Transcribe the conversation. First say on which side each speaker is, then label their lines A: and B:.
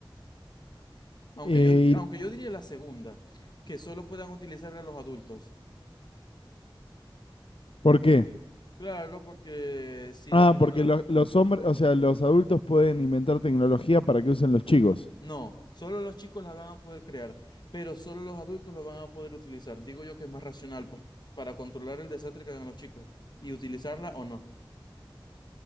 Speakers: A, on the left (about 55°); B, on the left (about 85°).
A: Aunque
B: Eh,
A: yo, aunque
B: ¿y
A: yo diría la segunda, que solo puedan utilizarla los adultos.
B: ¿Por qué?
A: Claro, porque si
B: Ah,
A: la tecnología,
B: porque lo- los hombres, o sea, los adultos pueden inventar tecnología para que usen los chicos.
A: No, solo los chicos las van a poder crear, pero solo los adultos lo van a poder utilizar. Digo yo que es más racional, pues, para controlar el desastre que hagan los chicos y utilizarla o no.